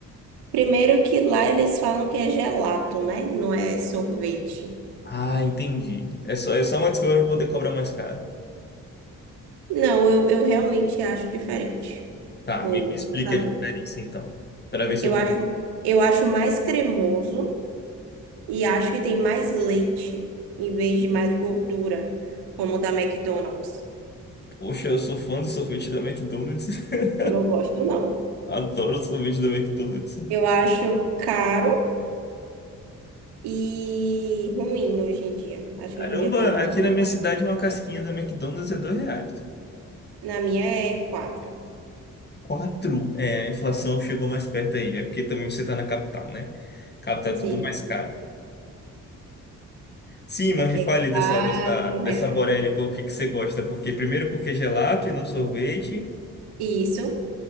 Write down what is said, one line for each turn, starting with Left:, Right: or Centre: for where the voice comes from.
Right: Primeiro que lá eles falam que é gelato, né? Não é sorvete.
Left: Ah, entendi. É só, é só uma desculpa pra poder cobrar mais caro.
Right: Não, eu, eu realmente acho diferente
Left: Tá,
Right: o
Left: me, me
Right: o
Left: explique
Right: sabor.
Left: a diferença então. Pra ver se
Right: Eu
Left: eu. compro.
Right: acho, eu acho mais cremoso e acho que tem mais leite em vez de mais gordura, como o da McDonald's.
Left: Poxa, eu sou fã do sorvete da McDonald's. <laughs>
Right: Eu não gosto, não.
Left: Adoro o sorvete da McDonald's.
Right: Eu acho caro e ruim hoje em dia. Acho
Left: Caramba,
Right: que hoje em dia tem muito.
Left: aqui
Right: gordura.
Left: na minha cidade uma casquinha da McDonald's é dois reais.
Right: Na minha é quatro.
Left: Quatro. É, a inflação chegou mais perto aí. É porque também você tá na capital, né? Capital é
Right: Sim,
Left: tudo mais caro. Sim, mas
Right: aqui
Left: me fale
Right: é
Left: dessa,
Right: quatro
Left: dessa, dessa
Right: reais.
Left: Borelli, pô, o que que você gosta? Porque primeiro porque é gelato e não sorvete.
Right: Isso.